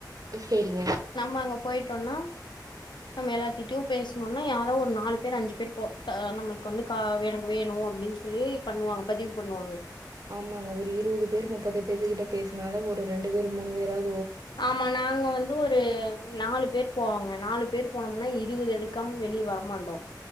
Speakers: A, on the right; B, on the left.
A: சேரிங்க
B: நம்ம அங்க போயிட் டோனோம்னா நம்ம எல்லாத்திட்டயு பேசணும்னா யா யாத ஒரு நாலு பேர் அஞ்சு பேர் போ த நம்ளுக்கு வந்து கா எனக்கு வேணும் அப்டின்னு சொல்லி பண்ணுவாங்க பதிவு பண்ணுவாங்க
A: ஆமாங்க ஒரு இருபது பேர் முப்பது பேத்து கிட்ட பேசுனாதா ஒரு ரெண்டு பேர் மூணு பேராது
B: ஆமா நாங்க வந்து ஒரு நாலு பேர் போவாங்க நாலு பேர் போனோம்னா இருபது எடுக்காம வெளியே வரமாட்டோம்